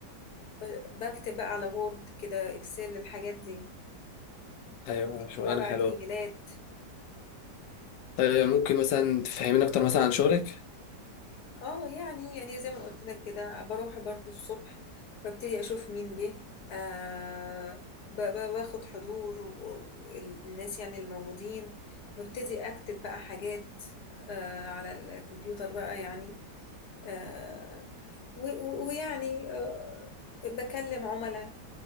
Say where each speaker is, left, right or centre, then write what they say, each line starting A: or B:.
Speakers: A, on the left (about 65°); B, on the left (about 85°).
A: ب- بكتب بقى على وورد كده اكسل الحاجات دي
B: ايوه شغلانه
A: ابعت
B: حلوه
A: ايميلات
B: طيب ممكن مثلا تفهمين اكتر مثلا عن شغلك
A: اه يعني يعني زي ما قلت لك كده بروح برضو الصبح ببتدي اشوف مين جه آه ب- ب- باخد حضور و- الناس يعني اللي موجودين ببتدي اكتب بقى حاجات آه على الكمبيوتر بقى يعني آه و- و- ويعني آه بكلم عملاء